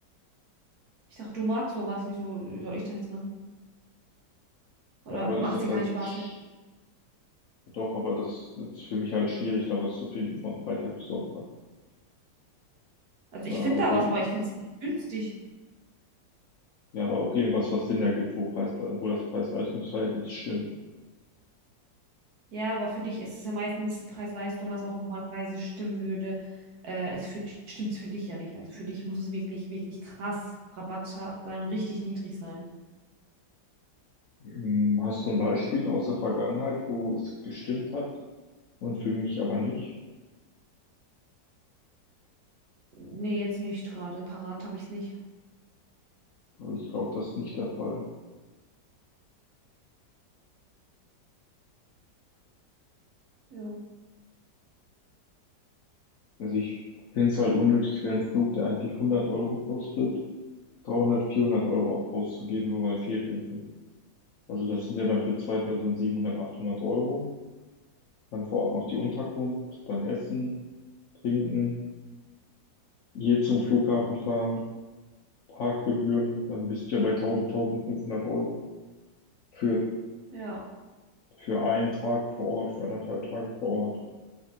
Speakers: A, on the right; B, on the left.
A: Ich dachte, du magst sowas, wieso soll ich das jetzt machen? Oder
B: Ja, weil
A: macht
B: ich das
A: dir keinen
B: halt
A: Spaß
B: sch-
A: mehr?
B: doch, aber das ist für mich halt schwierig, da was zu finden von Freitag bis Sonntag.
A: Also
B: Da
A: ich finde da
B: sehe
A: was, aber ich finde es nicht günstig.
B: ja, aber auch irgendwas, was Sinn ergibt, wo Preis, wo das Preis-Leistungs-Verhältnis stimmt.
A: Ja, aber für dich ist es ja meistens Preis-Leistung, was auch normalerweise stimmen würde. Äh, es für, stimmt es für dich ja nicht. Also für dich muss es wirklich, wirklich krass Rabatt ha- sein und richtig niedrig sein.
B: Hm, Hast du ein Beispiel aus der Vergangenheit, wo es gestimmt hat und für mich aber nicht?
A: Nee, jetzt nicht gerade. Parat habe ich es nicht.
B: Weil ich glaube, das ist nicht der Fall.
A: Ja,
B: Also ich finde es halt unnötig für einen Flug, der eigentlich 100 Euro kostet, 300, 400 Euro auszugeben, nur weil Ferien sind. Also das sind ja dann für zwei Personen 700, 800 Euro. Dann vor Ort noch die Unterkunft, dann Essen, Trinken, hier zum Flughafen fahren, Parkgebühren, dann bist du ja bei 1000, 1500 Euro für,
A: ja,
B: für einen Tag vor Ort, für anderthalb Tage vor Ort.